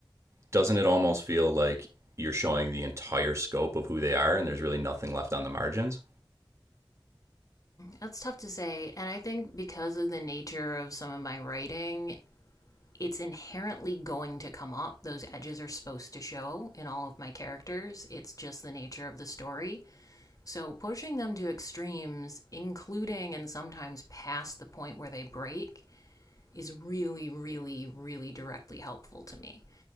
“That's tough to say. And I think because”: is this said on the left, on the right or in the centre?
Left